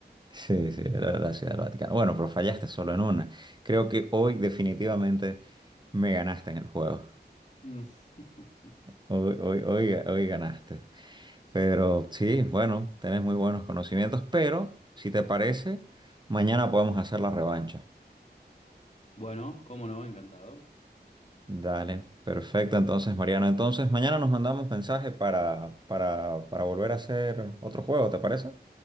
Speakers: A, on the right; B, on the left.
A: sí, sí, era la Ciudad del Vaticano. Bueno, pero fallaste solo en una. Creo que hoy definitivamente me ganaste en el juego.
B: Mm. <laughs>
A: Hoy, hoy, hoy, hoy ganaste. Pero sí, bueno, tenés muy buenos conocimientos, pero si te parece, mañana podemos hacer la revancha.
B: Bueno, cómo no, encantado.
A: Dale, perfecto entonces, Mariano. Entonces, mañana nos mandamos mensaje para, para, para volver a hacer otro juego, ¿te parece?